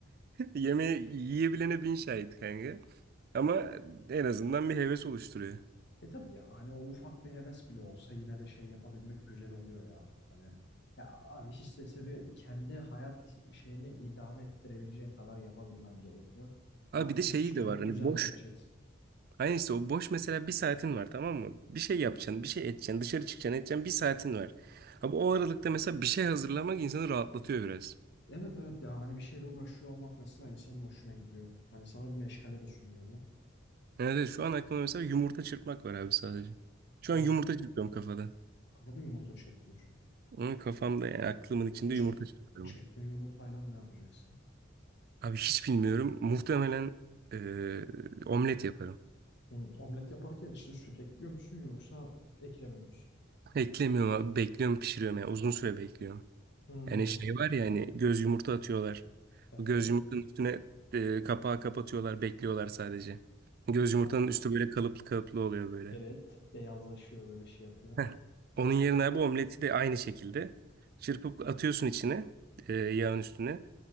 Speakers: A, on the right; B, on the left.
A: yemeği yiyebilene bin şahit kanka. Ama en azından bir heves oluşturuyor.
B: E tabii ya hani o ufak bir heves bile olsa yine de şey yapabilmek güzel oluyor ya. Hani ya abi hiç istese bir kendi hayat şeyini idame ettirebileceğin kadar yapabilmen gerekiyor. Artı
A: Abi bir de
B: iki
A: şeyi
B: üç tane
A: de var.
B: de güzel
A: Hani boş
B: yapacaksın.
A: Aynen işte o boş mesela bir saatin var tamam mı? Bir şey yapacaksın, bir şey edeceksin, dışarı çıkacaksın, edeceksin bir saatin var. Abi o aralıkta mesela bir şey hazırlamak insanı rahatlatıyor biraz.
B: Evet evet ya hani bir şeyle uğraşıyor olmak mesela insanın hoşuna gidiyor. Hani sana bir meşgale de sunuyor bu.
A: Yani evet, şu an aklımda mesela yumurta çırpmak var abi sadece. Şu
B: Sadece
A: an yumurta çırpıyorum kafada.
B: kafada yumurta çırpıyorsun.
A: Onun kafamda yani aklımın içinde
B: Peki çırp,
A: yumurta çırpıyorum.
B: çırptığın yumurtayla ne yapacaksın?
A: Abi hiç bilmiyorum. Muhtemelen eee, omlet yaparım.
B: Hmm. Omlet yaparken içine süt ekliyor musun yoksa eklemiyor musun?
A: Eklemiyorum abi. Bekliyorum pişiriyorum yani. Uzun süre bekliyorum.
B: Hmm,
A: Yani şey var ya hani göz yumurta atıyorlar.
B: evet.
A: Bu Göz yumurtanın üstüne e, kapağı kapatıyorlar, bekliyorlar sadece. Göz yumurtanın
B: Ha,
A: üstü böyle kalıplı kalıplı oluyor böyle.
B: Evet. Beyazlaşıyor böyle şey yapıyor.
A: Heh. Onun yerine abi omleti de aynı şekilde çırpıp atıyorsun içine, e, yağın üstüne.